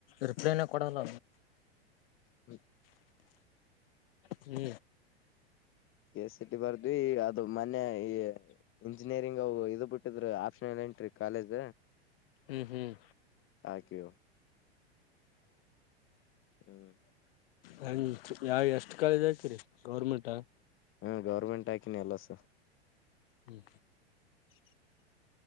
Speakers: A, on the left (about 60°); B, on the left (about 40°).
A: ರಿಪ್ಲೈನ ಕೊಡಲ್ಲ
B: ಹ್ಮ
A: ಹ್ಮ
B: ಕೆ ಸಿ ಟಿ ಬರ್ದ್ವಿ ಅದು ಮನೆ ಈ ಇಂಜಿನಿಯರಿಂಗ್ ಇ ಇದು ಬಿಟ್ಟಿದ್ರ ಆಫ ಜನೆಂಟ್ರಿ ಕಾಲೇಜ
A: ಹ್ಮ್ ಹ್ಮ್
B: ಹಾಕಿಯೋ ಹ್ಮ್
A: ಹ ಯಾವ ಎಷ್ಟ್ ಕಾಲೇಜ್ ಆಕೀರಿ ಗೌರ್ಮೆಂಟ
B: ಹಾ ಗೌರ್ಮೆಂಟ್ ಹಾಕಿನಿ ಎಲ್ಲಸ
A: ಹ್ಮ್
B: ಅನಿಂಟೆಲಿಜಬಲ್